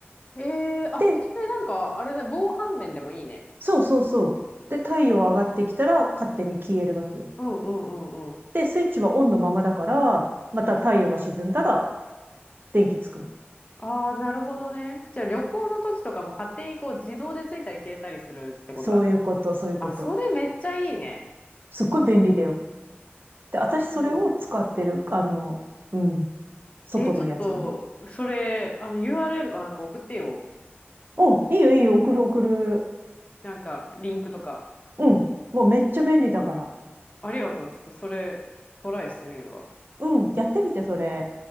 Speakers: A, on the left; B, on the right.
A: うん。えー、あ、
B: で、
A: それなんか、あれだ、防犯面でもいいね。
B: そうそうそう。で、太陽上がってきたら、勝手に消えるわけよ。
A: うんうんうんうん。
B: で、スイッチはオンのままだから、また太陽が沈んだら、電気つくの。
A: ああ、なるほどね。じゃあ旅行の時とかも勝手にこう自動でついたり消えたりするってことだね。
B: そういうこと、そういうこと。
A: あ、それめっちゃいいね。
B: すっごい便利だよ。で、私それを使ってる、
A: そ
B: あの、うん、外のやつには。
A: う。えーちょっと、それ、あの URL かなんか送ってよ。
B: うん、いいよいいよ、送る送る。
A: なんか、リンクとか。
B: うん、もうめっちゃ便利だから。
A: ありがとう。ちょっとそれ、トライしてみるわ。
B: うん、やってみて、それ。